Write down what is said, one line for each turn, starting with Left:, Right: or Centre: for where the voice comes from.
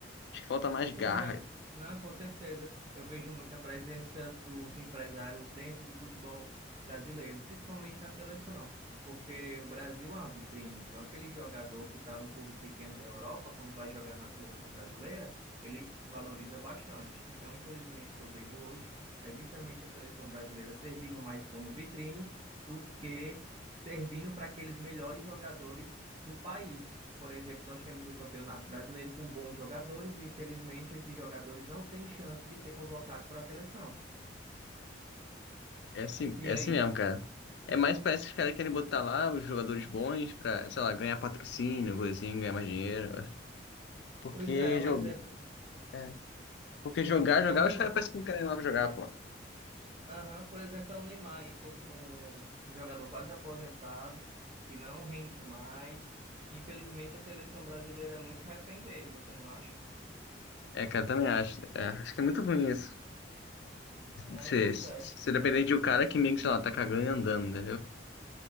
Left: Acho que falta mais
Right: Pois
Left: garra.
Right: é, né? Com certeza. Eu vejo muita presença dos empresários dentro do futebol brasileiro, principalmente na seleção, porque o Brasil é uma vitrine. Então, aquele jogador que está no clube pequeno da Europa, quando vai jogar na seleção brasileira, ele se valoriza bastante. Então, infelizmente, o que eu vejo hoje é justamente a seleção brasileira servindo mais como vitrine do que servindo para aqueles melhores jogadores do país. Por exemplo, nós temos o Campeonato Brasileiro com bons jogadores e, infelizmente, esses jogadores não têm chance de ser convocado para a seleção.
Left: É assim,
Right: E
Left: é
Right: aí?
Left: assim mesmo, cara. É mais parece que os caras querem botar lá os jogadores bons pra, sei lá, ganhar patrocínio, coisa assim, ganhar mais dinheiro. né? Porque,
Right: Pois é, um
Left: jog...
Right: exemplo,
Left: é. Porque jogar,
Right: um exemplo
Left: jogar,
Right: é o Neymar.
Left: os caras parecem que não querem lá pra jogar, pô.
Right: Aham, por exemplo, é o Neymar, aí, co- um jogador quase aposentado, que não rende mais. Infelizmente, a seleção brasileira é muito refém dele, você não acha?
Left: É, cara, também acho. É, acho que é muito ruim isso.
Right: Né?
Left: Você,
Right: Pois
Left: você
Right: é.
Left: depender de um cara que meio que, sei lá, tá cagando e andando, entendeu?